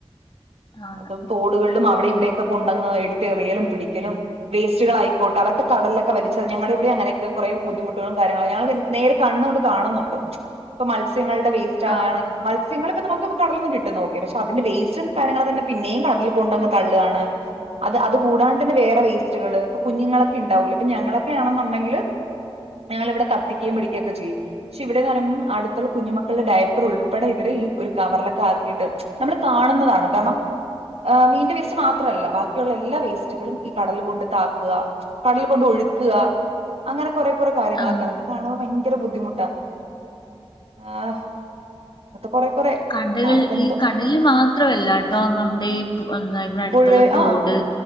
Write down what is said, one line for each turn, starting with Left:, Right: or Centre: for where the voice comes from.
Left: ആണ്
Right: അതും തോടുകളിലും അവിടെ ഇവിടെ ത് കൊണ്ടന്ന് എടുത്ത് എറിയലും പിടിക്കലും വേസ്റ്റുകള ആയിക്കോട്ടെ അതൊക്കെകടലിലൊക്കെ വലിച്ചെറിഞ്ഞ് ഞങ്ങളുടെവിടെ അങ്ങനെയൊക്കെ കുറെ ബുദ്ധിമുട്ടുകളും കാര്യങ്ങളായി ഞാൻകളെന്തി നേരെ കണ്ണുകൊണ്ട് കാണുന്നുണ്ട്. ഇപ്പൊ മത്സ്യങ്ങളുടെ വേസ്റ്റ് ആക
Left: ആഹ് ആഹ്
Right: മത്സ്യങ്ങള ഇപ്പ നമുക്ക് കടലെന്ന് കിട്ട നോക്ക പക്ഷെ അതിന്റെ വേസ്റ്റും കാര്യങ്ങളും തന്നെ പിന്നെയും കടലിൽ കൊണ്ട തള്ളാണ് അത് അ കൂ കടാണ്ട് തന്നെ വേറെ വേസ്റ്റുകൾ ഇപ്പൊ കുഞ്ഞുങ്ങളൊക്കെണ്ടാവൂ ഇപ്പൊ ഞങ്ങളൊക്കെ ആണെന്നുണ്ടെങ്കിൽ ഞങ്ങള ഇവിടെ കത്തി <unintelligible> പിടിക്കുകൊ ചെയ്യും. പക്ഷെ ഇവിടെന്ന് പറുമ്പോ അടുത്തുള്ള കുഞ്ഞുക്കളുടെ ഡയപ്പർ ഉൾപ്പെടെ ഇവരെ ഈ ഒരു കവറിലൊക്കെ ആ <unintelligible> ട്ട് നമ്മള് കാണുന്നതാണ് കാരണം ആ മീന്റെ വേസ്റ്റ് മാത്രല്ല. ബാക്കിയുള്ള എല്ലാ വേസ്റ്റുകളും ഈ കടല കൊണ്ട് താക്കാ കടല കൊണ്ട് <unintelligible> അങ്ങനെ കുറേ കുറെ കാര്യങ്ങളൊക്കെ
Left: ആഹ്
Right: അതൊക്കെ കാണുമ്പോ ഭയങ്കര ബുദ്ധിമുട്ടാ ആഹ് കൊറെ കൊറെ
Left: കടല്
Right: കാണുമ്പോ എന്തോ
Left: ഈ കടലില് മാത്രമല്ല കേട്ടോ? നമ്മുടെ എന്താ ഇവിടെ അടുത്തുള്ള
Right: പുഴ
Left: തോട്
Right: ആഹ്